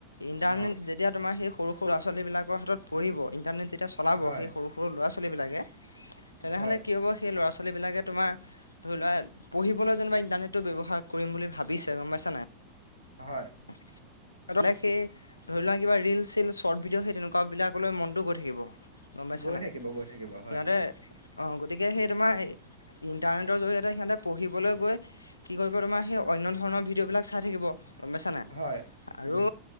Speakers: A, on the left (about 85°); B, on the right (about 85°).
A: ইণ্টাৰনেট
B: অ,
A: যেতিয়া তোমাৰ সেই সৰু-সৰু ল'ৰা-ছোৱালীবিলাকৰ হাতত পৰিব, ইণ্টাৰনেট যেতিয়া চলাব
B: হয়,
A: সেই সৰু-সৰু ল'ৰা-ছোৱালীবিলাকে, তেনেহ'লে
B: হয়,
A: কি হ'ব সেই ল'ৰা ছোৱালীবিলাকে তোমাৰ ধৰি লোৱা পঢ়িবলৈ যেনেবা ইণ্টাৰনেটো ব্যৱহাৰ কৰিম বুলি ভাবিছে গম পাইছা নাই।
B: হয়।
A: হাঁত দাইৰেক্ট সেই ধৰি লোৱা কিবা ৰীল চিল। শ্বৰ্ট ভিডিঅ' সেই তেনেকুৱা বিলাক লৈ মনতটো গৈ থাকিব। গম পাইছো
B: গৈ
A: নাই?
B: থাকিব, গৈ থাকিব,
A: সিহঁতে
B: হয়,
A: অঁহ গতিকে সেই তোমাৰ ইণ্টাৰনেটৰ জৰিয়তে সিহঁতে পঢ়িবলৈ গৈ কি কৰিব তোমাৰ সেই অন্য ধৰণৰ ভিডিঅ' বিলাক চাই থাকিব, গম পাইছা নাই
B: হয়,
A: আৰু
B: উম,